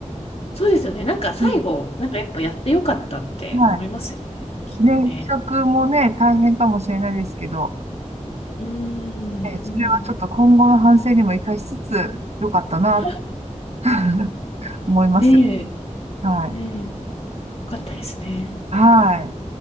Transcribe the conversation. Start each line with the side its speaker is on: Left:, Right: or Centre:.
Left: そうですよね。なんか最後、
Right: うん
Left: なんかやっぱやってよかったって思いますよね。
Right: は
Left: きっとね。
Right: い。ね、企画もね、大変かもしれないですけど、
Left: うん、
Right: ね、それはちょっと今後の反省にも生かしつつ、
Left: うん。
Right: 良かったな、
Left: <laughs>
Right: <laughs> 思います。
Left: で、
Right: はい。
Left: ね、よかったですね。
Right: はい。